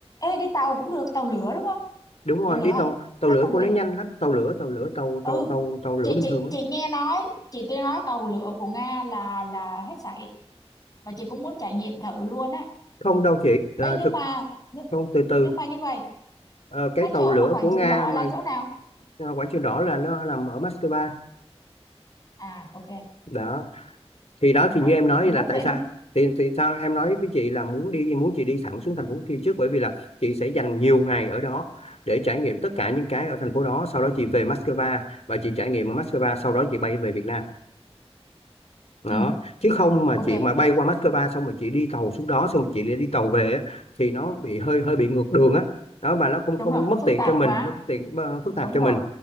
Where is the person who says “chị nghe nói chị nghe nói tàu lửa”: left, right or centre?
Left